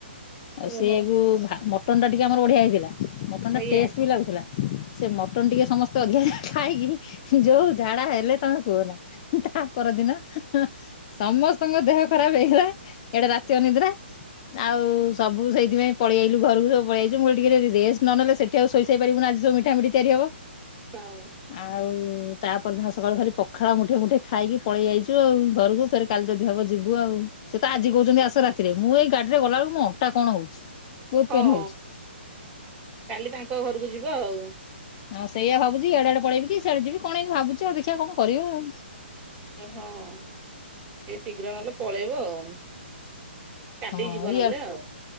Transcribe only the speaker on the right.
ଓହୋ
ଆଜ୍ଞା।
ହୁଁ
ହଉ।
ହଁ
କାଲି ତାଙ୍କ ଘରକୁ ଯିବ ଆଉ।
ହଁ ଟିକେ ଶୀଘ୍ର ନହେଲେ ପଳେଇବ ଆଉ। କାଲି
ଯିବ
ନହେଲେ ଆଉ।